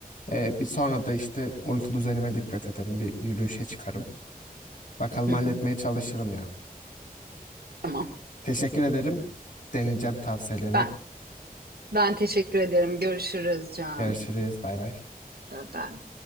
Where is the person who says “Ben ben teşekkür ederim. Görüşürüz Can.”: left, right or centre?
Right